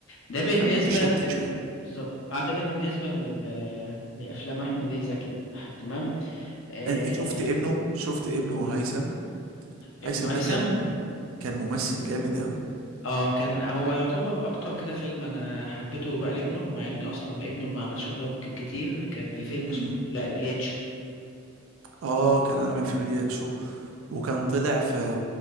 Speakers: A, on the left (about 65°); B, on the right (about 80°).
A: ده بالنسبة
B: كان متشدد
A: لل
B: شوية
A: بالظبط اه ده بالنسبة لل... لأفلام أحمد زكي ح- تمام آه...
B: أنا شفت ابنه شفت ابنه هيثم
A: ابن
B: هيثم
A: هيثم
B: ده كان كان ممثل جامد أوي
A: اه كان هو يعتبر أكتر كده فيلم أنا حبيته بقى لابنه مع إن أصلا ابنه ما عملش أدوار ك- كتير كان في فيلم
B: مم.
A: اسمه لا البلياتشو
B: اه كان عامل في بليات شو وكان طلع في